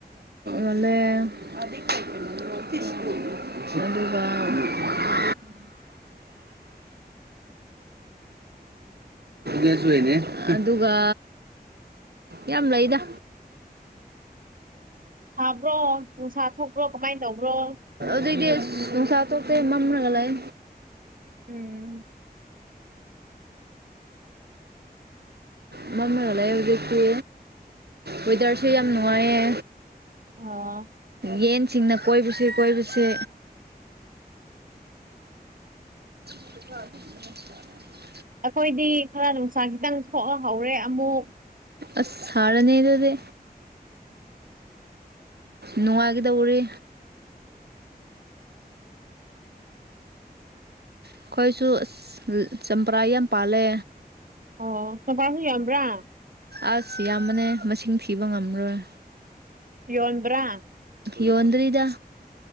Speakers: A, on the right (about 80°); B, on the right (about 55°).
A: ꯌꯣꯜꯂꯦ ꯑꯗꯨꯒ
B: ꯎꯝ
A: <unintelligible> ꯁꯨꯅꯦ ꯑꯗꯨꯒ ꯌꯥꯝ ꯂꯩꯗ
B: ꯁꯥꯕ꯭ꯔꯣ ꯅꯨꯡꯁꯥ ꯊꯣꯛꯄ꯭ꯔꯣ ꯀꯃꯥꯏꯅ ꯇꯧꯕ꯭ꯔꯣ
A: ꯑꯗꯨꯗꯒꯤꯁ ꯅꯨꯡꯁꯥ ꯊꯣꯛꯣꯛꯇꯦ ꯃꯝꯂꯒ ꯂꯩ
B: ꯎꯝ
A: ꯑꯃꯝ ꯑꯣꯏꯣ ꯂꯩ ꯍꯧꯖꯤꯛꯇꯤ ꯋꯦꯗꯔꯁꯨ ꯌꯥꯝ ꯅꯨꯡꯉꯥꯏꯌꯦ
B: ꯑꯥ
A: ꯌꯦꯟꯁꯤꯡꯅ ꯀꯣꯏꯕꯁꯦ ꯀꯣꯏꯕꯁꯦ ꯅꯅ
B: ꯑꯩꯈꯣꯏꯗꯤ ꯈꯔ ꯅꯨꯡꯁꯥ ꯈꯤꯇꯪ ꯊꯣꯛꯑꯍꯧꯔꯦ ꯑꯃꯨꯛ
A: ꯑ ꯁꯥꯔꯅꯦꯗꯗꯤ ꯅꯨꯡꯉꯥꯏꯈꯤꯗ ꯎꯔꯤ ꯑꯩꯈꯣꯏꯁꯨ ꯑꯁ ꯆꯝꯄꯔꯥ ꯌꯥꯝ ꯄꯥꯜꯂꯦ
B: ꯑꯣ ꯃꯄꯥꯟꯁꯨ ꯌꯣꯟꯝꯕ꯭ꯔꯥ
A: ꯑꯁ ꯌꯥꯝꯕꯅꯦ ꯃꯁꯤꯡ ꯊꯤꯕ ꯉꯝꯔꯣꯏ
B: ꯌꯣꯟꯕ꯭ꯔꯥ
A: ꯌꯣꯟꯗ꯭ꯔꯤꯗ